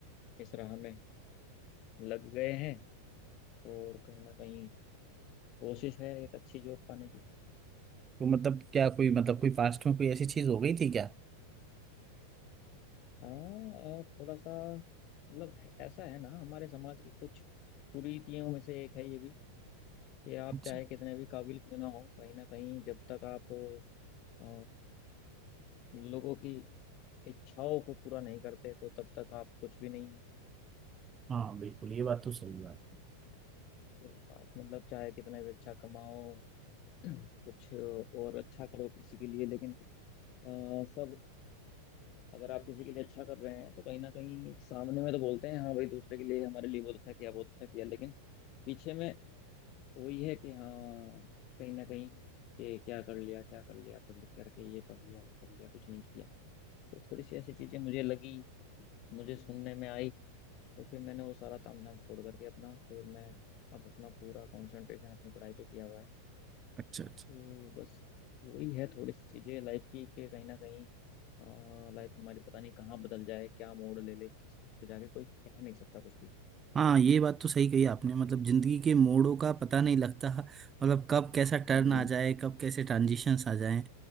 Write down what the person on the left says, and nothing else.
इस राह में लग गए हैं और कहीं ना कहीं कोशिश है एक अच्छी जॉब पाने की
हाँ अ, थोड़ा सा मतलब है- ऐसा है ना हमारे समाज की कुछ कुरीतियों में से एक है ये भी ये आप
चाहे कितने भी काबिल क्यों ना हो कहीं ना कहीं जब तक आप अ, लोगों की इच्छाओं को पूरा नहीं करते तो तब तक आप कुछ भी नहीं हो।
तो आप मतलब चाहे कितना भी अच्छा कमाओ <clears throat> कुछ और अच्छा करो किसी के लिए लेकिन अ, सब अगर आप किसी के लिए अच्छा कर रहे हैं तो कहीं ना कहीं सामने में तो बोलते हैं हाँ भाई दूसरे के लिए हमारे लिए बहुत अच्छा किया बहुत अच्छा किया लेकिन पीछे में वही है कि हाँ कहीं ना कहीं कि क्या कर लिया क्या कर लिया पढ़ लिख करके ये पढ़ लिया वो पढ़ लिया कुछ नहीं किया तो थोड़ी सी ऐसी चीजें मुझे लगी मुझे सुनने में आई तो फिर मैंने वो सारा तामझाम छोड़ करके अपना फिर मैं अब अपना पूरा कंसंट्रेशन अपनी पढ़ाई पे किया हुआ है
तो बस वही है थोड़ी सी चीजें लाइफ की कि कहीं ना कहीं लाइफ हमारी पता नहीं कहाँ बदल जाए क्या मोड़ ले ले किस उस पे जाके कोई कह नहीं सकता कुछ भी
जी